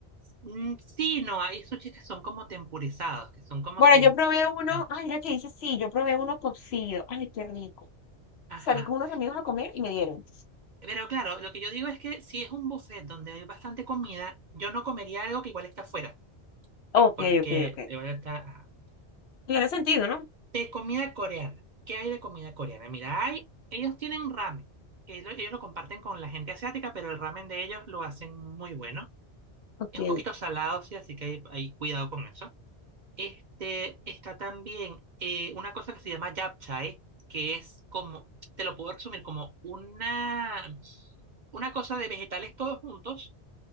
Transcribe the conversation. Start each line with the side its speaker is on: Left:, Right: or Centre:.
Right: mm, sí, no, hay sushi que son como tempurizados, que son como
Left: Bueno,
Right: que
Left: yo probé uno,
Right: están,
Left: ay, mira que dice sí, yo probé uno cocido, ay, qué rico.
Right: ajá.
Left: Salí con unos amigos a comer y me dieron.
Right: Pero claro, lo que yo digo es que si es un buffet donde hay bastante comida, yo no comería algo que igual está afuera,
Left: Ok,
Right: porque
Left: ok, ok.
Right: igual está
Left: Tiene sentido, ¿no?
Right: de comida coreana. ¿Qué hay de comida coreana? Mira, hay, ellos tienen ramen, que lo- ellos lo comparten con la gente asiática, pero el ramen de ellos lo hacen muy bueno.
Left: Ok.
Right: Es un poquito salado, sí, así que hay, hay cuidado con eso. Este, está también eh, una cosa que se llama japchae, que es como, te lo puedo resumir como una, una cosa de vegetales todos juntos